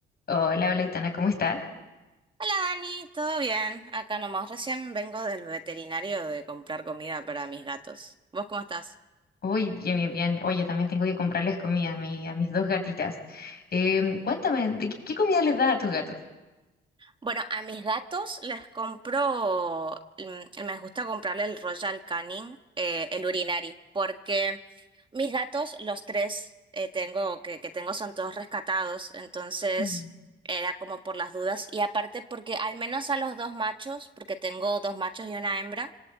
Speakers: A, on the left; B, on the right.
A: Hola, hola, Itana, ¿cómo estás?
B: Hola Dani, ¿todo bien? Acá nomás, recién vengo del veterinario de comprar comida para mis gatos. ¿Vos cómo estás?
A: Uy, bien, bien, bien. Oye, también tengo que comprarles comida a, mi- a mis dos gatitas. Em, cuéntame, ¿de qué qué comida les das a tus gatos?
B: Bueno, a mis gatos les compro, mm, me gusta comprarle el Royal Canin, eh, el urinari, porque mis gatos, los tres eh, tengo, que, que tengo son todos rescatados, entonces
A: Mm.
B: era como por las dudas. Y aparte porque al menos a los dos machos, porque tengo dos machos y una hembra,